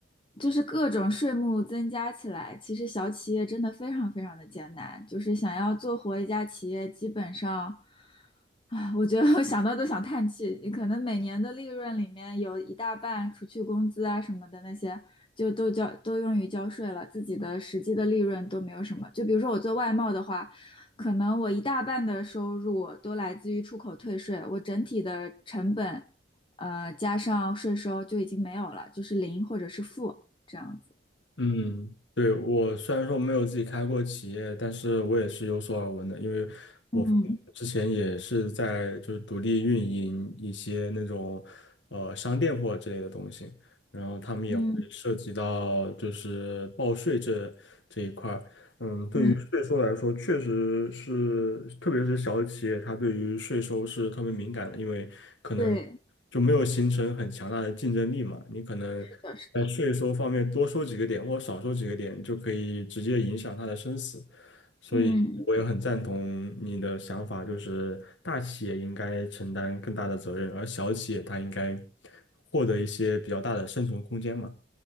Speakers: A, on the left; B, on the left.
A: 就是各种税目增加起来，其实小企业真的非常非常的艰难，就是想要做活一家企业，基本上。啊，我觉得我想到都想叹气。你可能每年的利润里面有一大半，除去工资啊什么的那些，就都交都用于交税了，自己的实际的利润都没有什么。就比如说我做外贸的话，可能我一大半的收入都来自于出口退税，我整体的成本呃，加上税收就已经没有了，就是零或者是负这样子。
B: 嗯，对，我虽然说没有自己开过企业，但是我也是有所耳闻的，因为我父母之前也是在就是独立运营一些那种呃商店货之类的东西，
A: 嗯
B: 然后他们也会涉及到就是报税这这一块儿。
A: 嗯
B: 嗯，对于税收来说，
A: 嗯，
B: 确实是，特别是小企业，它对于税收是特别敏感的，因为可能
A: 对，
B: 就没有形成很强大的竞争力嘛，你可能。
A: 是的，是的，
B: 在税收方面多收几个点或少收几个点，就可以直接影响他的生死。所以我也很赞同你的想法，
A: 嗯，
B: 就是大企业应该承担更大的责任，而小企业它应该获得一些比较大的生存空间嘛。